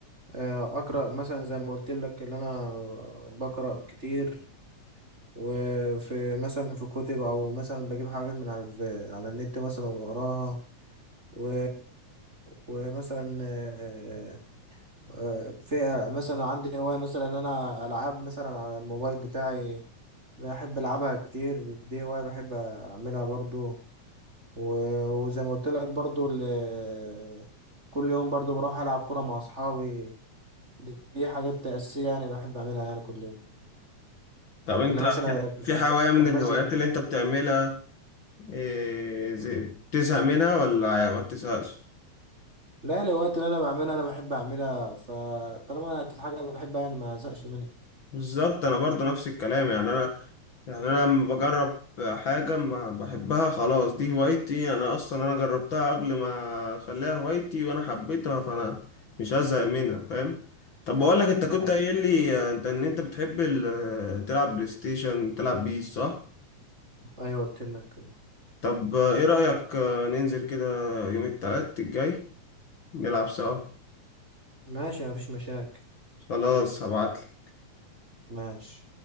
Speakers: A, on the right; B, on the left.
A: آه، اقرا مثلا زي ما قلت لك ان انا بقرا كتير وفي مثلا في كتب او مثلا بجيب حاجات من على الف... على النت مثلا واقراها و... ومثلا آه، آه، في مثلا عندي هواية مثلا ان انا العاب مثلا على الموبايل بتاعي بحب العبها كتير دي هواية بحب اعملها برضو و- وزي ما قلت لك برضو ال- كل يوم برضو بروح العب كرة مع اصحابي دي دي حاجات اساسية يعني بحب اعملها يعني كل يوم
B: طب انت
A: وانا
B: في
A: مثلا
B: في هواية من
A: اتمشى
B: الهوايات اللي انت بتعملها إيه زي- بتزهق منها ولا ما بتزهقش
A: لا الهوايات اللي انا بعملها انا بحب اعملها فطالما انا اكيد حاجه بحبها يعني ما ازهقش منها
B: بالظبط انا برضه نفس الكلام يعني انا يعني انا لما بجرب حاجه ما بحبها خلاص دي هوايتي انا اصلا انا جربتها قبل ما اخليها هوايتي وانا حبيتها فانا مش هزهق منها فاهم طب بقول لك انت كنت
A: أيوة.
B: قايل لي انت ان انت بتحب ال- تلعب بلاي ستيشن تلعب بيس صح
A: ايوه قلت لك كده.
B: طب ايه رايك ننزل كده يوم التلات الجاي نلعب سوا
A: ماشي مفيش مشاكل
B: خلاص هبعت
A: ماشي